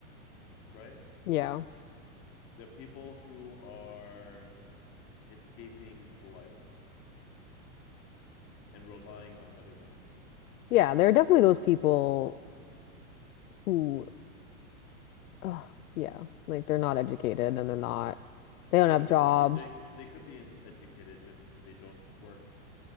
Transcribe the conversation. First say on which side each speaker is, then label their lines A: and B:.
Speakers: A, on the left (about 35°); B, on the left (about 75°).
A: right?
B: Yeah.
A: The people who are escaping life and relying on other people.
B: Yeah, there are definitely those people who ugh, yeah, like they're not educated and they're not they don't
A: Or
B: have
A: they
B: jobs.
A: could be they they could be in educated, just they don't work